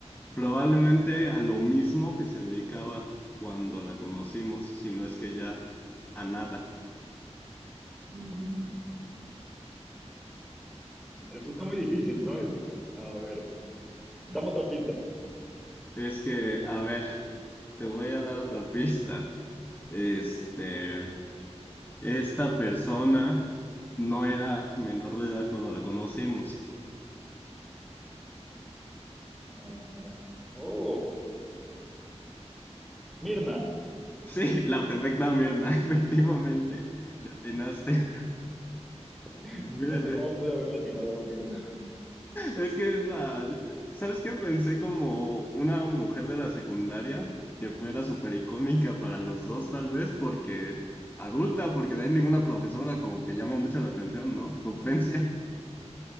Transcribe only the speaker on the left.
Probablemente a lo mismo que se dedicaba cuando la conocimos, si no es que ya a nada.
Es que, a ver, te voy a dar otra pista. Este, esta persona no era menor de edad cuando la conocimos.
Sí, la perfecta Mirna, <laughs> efectivamente, le atinaste.
Mira,
ve-
Es que es la... yo- eh, ¿Sabes qué? Pensé como una mujer de la secundaria que fuera súper icónica para los dos, tal vez, porque adulta, porque de ahí ninguna profesora como que llama mucho la atención, ¿no? Ofensia,